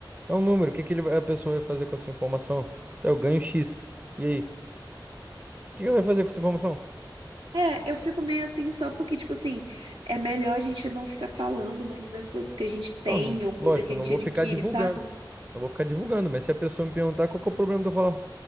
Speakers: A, on the right; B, on the right.
A: é um número. O que que ele vai- a pessoa vai fazer com essa informação? Então, eu ganho X. E aí? O que que vai fazer com essa informação?
B: É, eu fico meio assim só porque, tipo assim, é melhor a gente não ficar falando muito das coisas que a gente tem
A: Não, não-
B: ou coisa
A: lógico,
B: que
A: eu
B: a gente
A: não vou
B: adquire,
A: ficar divulgando.
B: sabe?
A: Não vou ficar divulgando, mas se a pessoa me perguntar, qual que é o problema de eu falar?